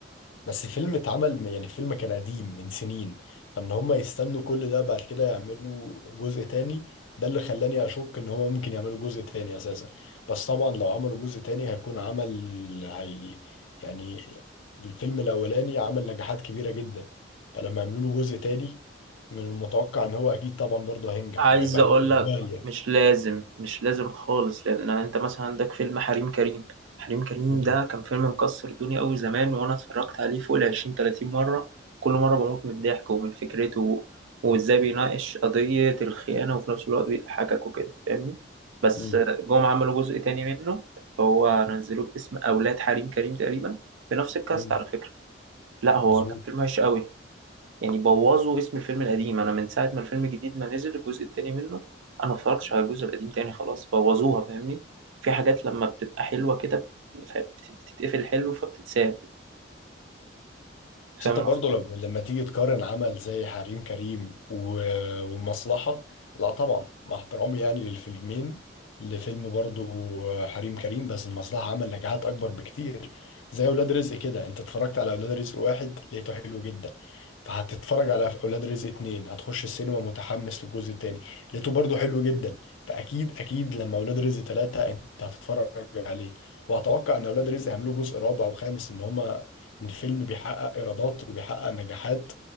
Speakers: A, on the left; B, on the right.
A: بس الفيلم اتعمل يعني الفيلم كان قديم من سنين فان هم يستنوا كل ده بعد كده يعملوا جزء تاني ده اللي خلاني اشك ان هم ممكن يعملوا جزء تاني اساسا بس طبعا لو عملوا جزء تاني هيكون عمل هي يعني الفيلم الاولاني عمل نجاحات كبيرة جدا فلما يعملوا له جزء تاني من المتوقع ان هو اكيد طبعا برضه هينجح
B: عايز
A: وهيبقى
B: اقول
A: عليه اقبال
B: لك
A: يعني
B: مش لازم مش لازم خالص لان انت مثلا عندك فيلم حريم كريم حريم كريم
A: مم.
B: ده كان فيلم مكسر الدنيا قوي زمان وانا اتفرجت عليه فوق ال 20 30 مره كل مره بموت من الضحك ومن فكرته و- وازاي بيناقش قضيه الخيانه وفي نفس الوقت بيضحكك وكده فاهمني بس
A: مم.
B: جم عملوا جزء تاني منه هو نزلوه باسم اولاد حريم كريم تقريبا بنفس الكاست
A: مم.
B: على فكره لا هو
A: مظبوط
B: كان فيلم وحش قوي يعني بوظوا اسم الفيلم القديم انا من ساعه ما الفيلم الجديد ما نزل الجزء التاني منه انا ما اتفرجتش على الجزء القديم تاني خلاص بوظوها فاهمني في حاجات لما بتبقى حلوه كده ف- بت- بتتقفل حلو فبتتساب
A: بس
B: فاهم
A: انت
B: انا
A: برضه
B: قصدي
A: لما لما تيجي تقارن عمل زي حريم كريم و- والمصلحة لا طبعا مع احترامي يعني للفيلمين لفيلم برضه حريم كريم بس المصلحة عمل نجاحات أكبر بكتير زي أولاد رزق كده انت اتفرجت على أولاد رزق واحد لقيته حلو جدا فهتتفرج على أولاد رزق اتنين هتخش السينما متحمس للجزء التاني لقيته برضه حلو جدا فأكيد أكيد لما أولاد رزق تلاتة انت هتتفرج عليه وأتوقع إن أولاد رزق هيعملوا جزء رابع وخامس إن هما ان فيلم بيحقق ايرادات وبيحقق نجاحات